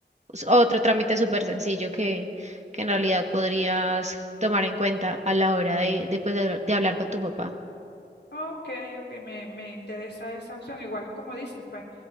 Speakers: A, on the right; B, on the left.
A: s- otro trámite súper sencillo que, que en realidad podrías tomar en cuenta a la hora de, de, pues, de, de hablar con tu papá.
B: Ok, ok, me, me interesa esa opción. Igual como dices, pues